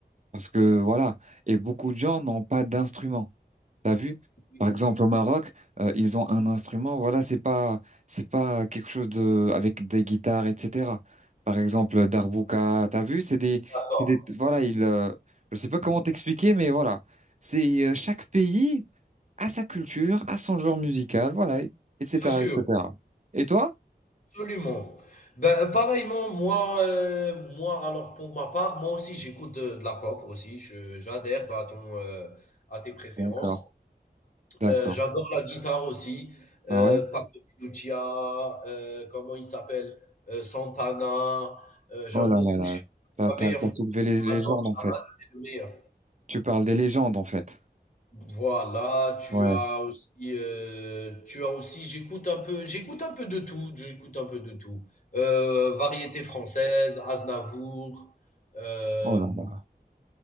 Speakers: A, on the right; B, on the left.
A: Parce que voilà. Et beaucoup de gens n'ont pas d'instruments. T'as vu?
B: oui,
A: Par
B: oui.
A: exemple, au Maroc, euh, ils ont un instrument. Voilà, c'est pas, c'est pas quelque chose de avec des guitares, etc. Par exemple, Darbouka. T'as vu? C'est des,
B: d'accord,
A: c'est des. Voilà, il. euh, je sais pas comment t'expliquer, mais voilà. C'est euh, chaque pays a sa culture, a son genre musical. Voilà, et- etc.,
B: bien sûr,
A: etc. Et toi?
B: absolument. Ben, pareillement, moi, heu, moi, alors, pour ma part, moi aussi, j'écoute, heu, de la pop aussi, je j'adhère à ton, heu, à tes préférences.
A: D'accord, d'accord.
B: Heu, j'adore la guitare aussi, heu,
A: Ah ouais?
B: Paco de Lucia, heu, comment il s'appelle? Heu, Santana, heu, j'aime
A: Oh là
B: beaucoup,
A: là
B: je
A: là.
B: sais
A: là.
B: pas si
A: T'as, t'as,
B: tu avais entendu
A: t'as soulevé
B: son
A: les légendes
B: album Shaman,
A: en fait.
B: c'est le meilleur.
A: Tu parles des légendes en fait.
B: Voilà, tu
A: Ouais.
B: as aussi, heu, tu as aussi j'écoute un peu j'écoute un peu de tout, j'écoute un peu de tout. Heu, variété française, Aznavour, hem,
A: Oh là là.